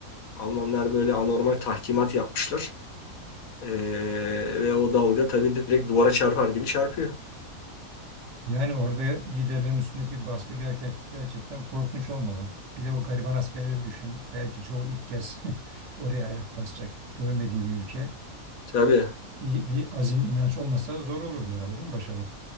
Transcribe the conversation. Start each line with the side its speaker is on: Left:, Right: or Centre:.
Left: Almanlar böyle anormal tahkimat yapmışlar. Ee, ve o dalga tabii direkt duvara çarpar gibi çarpıyor.
Right: Yani orada liderlerin üstündeki baskı gerke- gerçekten korkunç olmalı. Bir de o gariban askerleri düşün. Belki çoğu ilk kez <laughs> oraya ayak basacak, görmediği bir ülke.
Left: Tabii.
Right: İyi bir azim, inanç olmasa zor olurdu herhalde değil mi başarı?